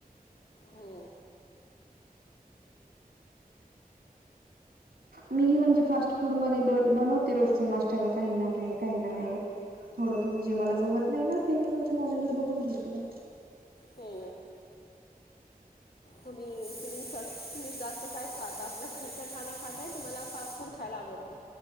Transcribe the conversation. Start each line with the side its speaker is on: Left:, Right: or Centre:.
Left: हो
Right: मी ह म्हणजे फास्ट फूड म बनवते रोजच नाश्त चला काही ना काही काही ना काही थोडं थोडं जे मला जमत नाही ना ते मी म्हणजे मोबाईलवर बघून घेते
Left: हो तुम्ही तुम्ही स तुम्ही जास्त काय खात आपल्या घरचा खाना खाताय तुम्हाला फास्ट फूड खायला आवडतं